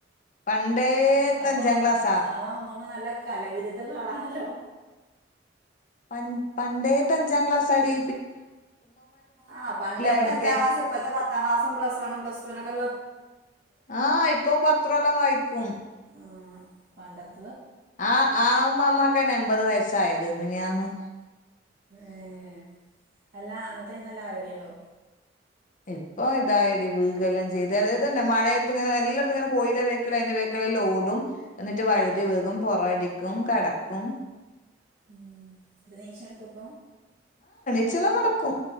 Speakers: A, on the left; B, on the right.
A: പണ്ടേത്തെ
B: അപ്പൊ
A: അഞ്ചാം ക്ലാസ്സാ
B: ആ അമ്മമ്മ നല്ല കലവിരുദ്ധുള്ള ആളാണല്ലോ.
A: പ പണ്ടേത്ത അഞ്ചാം ക്ലാസ് ആടി.
B: ആ പണ്ടേത്തെ
A: പഠിക്കാൻ
B: അഞ്ചാം ക്ലാസ് ഇപ്പഴത്തെ പത്താം ക്ലാസ്സും, പ്ലസ് വണ്ണും പ്ലസ് ടുനൊക്കെ.
A: ആ ഇപ്പൊ പത്രോല്ലം വായിക്കും.
B: ആ പണ്ടത്തെ.
A: ആ ആ ഉമാമാക്കന്നെ എൺമ്പത് വയസായത് മിനന്ന്.
B: ഏർ അല്ല അന്നത്തേ നല്ല ആരോഗ്യം ഉണ്ടോ?
A: ഇപ്പൊ ഇതായിടി വികല്ലം ചെയ്ത്ത് ഇത്തന്നെ മഴയത്ത് എല്ലായിടും ഇങ്ങനെ കോയ്യിന്റെ വേക്കില് അതിന്റെ വേക്കി ലല്ലാം ഓടും. എന്നിട്ട്
B: ഉം
A: വഴുതി വീകും പൊറടിക്കും കിടക്കും.
B: ഉം നീശം എടുക്കപ്പ
A: ച്ചില നടക്കും.